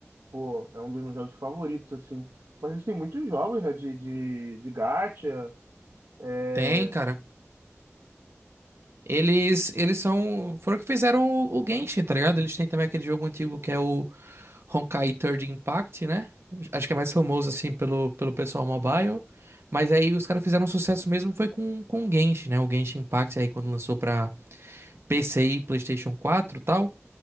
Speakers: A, on the right (about 75°); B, on the right (about 60°).
A: pô, é um dos meus jogos favoritos, assim. Mas existem muitos jogos, né, de, de, de gacha. É...
B: Tem, cara. Eles, eles são. Foram que fizeram o, o Genshin, tá ligado? Eles têm também aquele jogo antigo que é o Honkai Third Impact, né? Acho que é mais famoso, assim, pelo, pelo pessoal mobile. Mas aí os caras fizeram um sucesso mesmo foi com, com o Genshin, né? O Genshin Impact aí quando lançou pra PC e PlayStation 4, e tal.